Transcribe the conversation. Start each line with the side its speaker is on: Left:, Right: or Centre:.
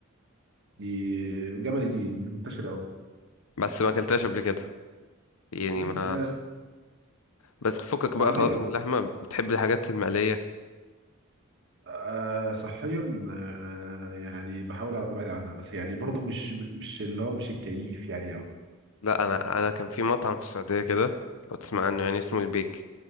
Right: دي جملي دي, دي منتشره قوي
Left: بس ما اكلتهاش قبل كده يعني
Right: لا
Left: ما
Right: يا-
Left: بس فكك
Right: لا
Left: بقى
Right: عاديه
Left: خلاص
Right: يعني
Left: من اللحمة بتحب الحاجات المقلية
Right: آه صحيا آه يعني بحاول ابعد عنها بس يعني برضو مش مش اللي هو مش الكيف يعني قوي
Left: لا انا انا كان في مطعم في السعودية كده لو تسمع عنه يعني اسمه البيك